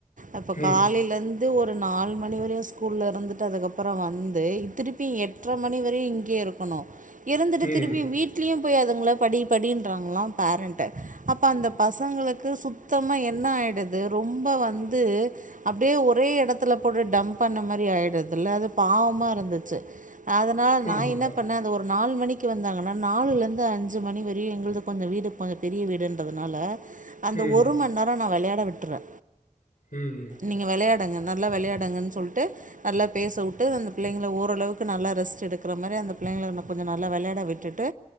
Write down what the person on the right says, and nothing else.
அப்ப
காலேல இருந்து ஒரு ஒரு நாலு மணி வரையு ஸ்கூல்ல இருந்துட்டு அதுக்கப்றோ வந்து திருப்பி எட்டரை மணி வரையு இங்கே இருக்கணும் இருந்துட்டு
திருப்பி வீட்லயு போய் அதுங்கள படி படின்றாங்களா பேரண்ட்ட அப்போ அந்த பசங்களுக்கு சுத்தமா என்ன ஆயிடுது ரொம்ப வந்து அப்டியே ஒரே இடத்ல போட்டு டம்ப் பண்ண மாதிரி ஆயிடுது இல்ல அது பாவமா இருந்துச்சு அதனால நா
என்ன பண்ணே அது ஒரு நாலு மணிக்கு வந்தாங்கன்னா நாலுல இருந்து அஞ்சு மணி வர பெரிய எங்களது கொஞ்சோ வீடு கொஞ்சம் பெரிய வீடுன்றதுனால அந்த
ஒரு மணி நேரம் நா வெளயாட விட்ருவே
நீங்கள் விளையாடுங்க நல்லா விளையாடுங்கன்னு சொல்லிட்டு நல்லா பேச விட்டு அந்த பிள்ளைங்கள ஓரளவுக்கு நல்லா ரெஸ்ட் எடுக்ற மாரி அந்த பிள்ளைங்கள கொஞ்சோ நல்லா விளையட விட்டுட்டு